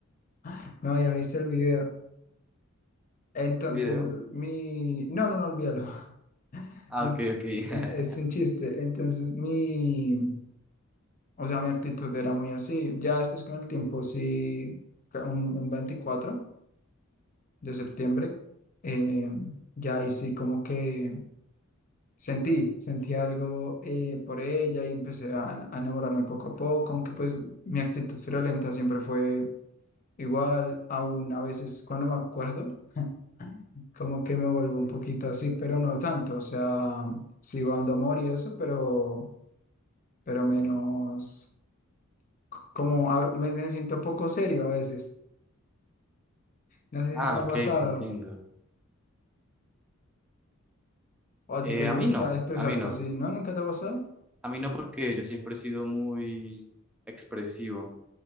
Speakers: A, on the left; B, in the centre.
A: <laughs> No, ya viste el video. Entonces,
B: ¿El video?
A: mi, no, no, no, olvídalo. <laughs>
B: Ah,
A: En-
B: ok, ok. <laughs>
A: en- es un chiste. Entonces, mi, o sea, mi actitud era muy así. Ya después con el tiempo, sí, ca- un, un 24 de septiembre, eh, ya ahí sí como que sentí, sentí algo eh, por ella y empecé a, a enamorarme poco a poco, aunque pues mi actitud friolenta siempre fue igual, aún a veces cuando me acuerdo. <laughs> Como que me vuelvo un
B: Sí.
A: poquito así, pero no tanto. O sea, sigo dando amor y eso, pero pero menos, como a- me, me siento poco serio a veces. No sé
B: Ah,
A: si te ha
B: ok,
A: pasado
B: te entiendo.
A: o a
B: Eh,
A: ti te
B: a
A: gusta
B: mí no,
A: expresarte
B: a mí no.
A: así, ¿no? ¿Nunca te ha pasado?
B: A mí no porque yo siempre he sido muy expresivo.